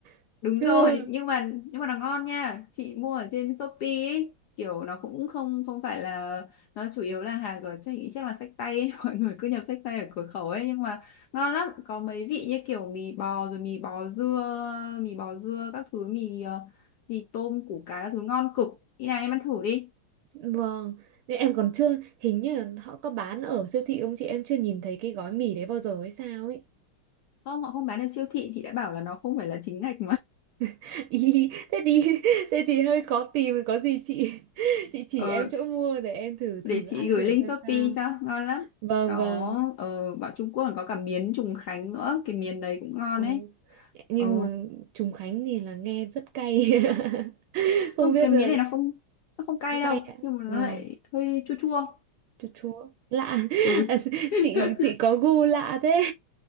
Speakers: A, on the right; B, on the left.
A: <laughs>
B: đúng
A: chưa
B: rồi nhưng mà nhưng mà nó ngon nha chị mua ở trên Shopee ấy kiểu nó cũng không không phải là nó chủ yếu là hàng của chắc chắc là xách tay ấy. <laughs> mọi người cứ nhập xách tay ở cửa khẩu ấy nhưng mà ngon lắm có mấy vị như kiểu mì bò rồi mì bò dưa mì bò dưa các thứ mì ờ, mì tôm củ cải các thứ ngon cực đi nào em ăn thử đi
A: vâng nhưng em còn chưa hình như là họ có bán ở siêu thị không chị em chưa nhìn thấy cái gói mì đấy bao giờ hay sao ấy
B: không họ không bán ở siêu thị chị đã bảo là nó không phải là chính ngạch
A: <laughs> Ý, thế thì <laughs> thế thì hơi khó tìm có gì chị <laughs> chị chỉ
B: ờ,
A: em chỗ mua để em thử
B: để
A: thử
B: chị
A: ăn
B: gửi
A: thử
B: link
A: xem
B: Shopee
A: sao
B: cho ngon lắm
A: vâng
B: có
A: vâng
B: ờ, bảo Trung Quốc còn có cả miến Trùng Khánh nữa cái miến đấy cũng ngon
A: Ồ,
B: ấy
A: nhưng
B: ờ
A: mà trùng Khánh thì là nghe rất cay <laughs> không
B: không
A: biết
B: cái
A: rồi
B: miến này nó không nó không cay
A: cũng
B: đâu
A: cay ạ
B: nhưng mà nó
A: vâng
B: lại hơi chua chua
A: chua chua lạ
B: ừ.
A: <laughs>
B: <laughs>
A: chị chị có gu lạ thế